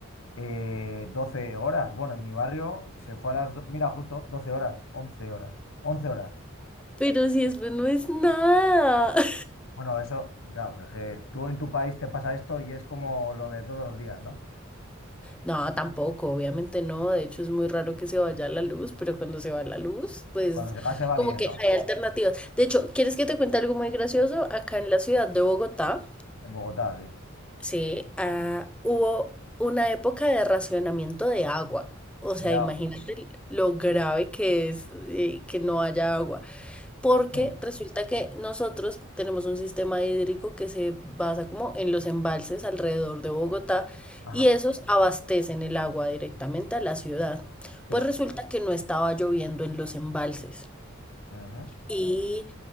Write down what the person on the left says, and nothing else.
eh, 12 horas. Bueno, en mi barrio se fue a las, do- mira, justo 12 horas, 11 horas, 11 horas.
Bueno, eso, claro, pero es que tú en tu país te pasa esto y es como lo de todos los días, ¿no?
Cuando se va, se va
bien,
¿no?
En Bogotá, sí.
Ya,
eh,
ajá,
sí,
ujú,